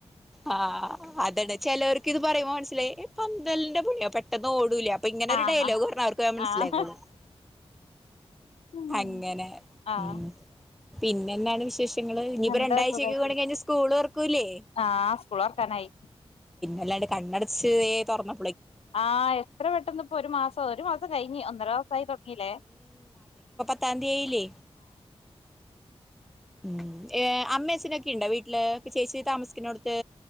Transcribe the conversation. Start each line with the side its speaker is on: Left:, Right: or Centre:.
Centre: ആ അതാണ് ചിലവർക്ക് ഇത് പറയുമ്പോ മനസ്സിലായി പന്തലിന്റെ പണിയോ പെട്ടെന്ന് ഓ അപ്പൊ ഇങ്ങനെ ഒരു
Left: ആഹ്
Centre: ഡയലോഗ് പറഞ്ഞ അവർക്ക് വേഗം മനസ്സിലായിക്കോളൂം
Left: ആഹ് ഉം
Centre: അങ്ങനെ
Left: ആഹ്
Centre: ഉം പിന്നെ എന്നാണ് വിശേഷ ങ്ങള് ഇഞ്ഞ് ഇപ്പോ
Left: എന്താ
Centre: രണ്ടാഴ്ചക്കൂടി
Left: സുഖായിട്ട്
Centre: കയിഞ്ഞാ സ്കൂള് തുറക്കൂല്ലേ
Left: ആഹ് സ്കൂൾ തൊറക്കാനായി
Centre: അല്ലാണ്ട് കണ്ണടച്ച് ഏ തുറന്ന
Left: ആഹ് എത്ര പെട്ടന്ന് ഇപ്പോ ഒരു മാസം ഒരു മാസം കഴിഞ്ഞ് ഒന്നര മാസായി തൊടങ്ങി ല്ലേ
Centre: പത്താന്തിയേയിലേ ഉം അമ്മേഅച്ഛനും ഒക്കെ ഉണ്ടാ വീ ല് ഇപ്പചേച്ചി താമസിക്കുന്നോടുത്ത്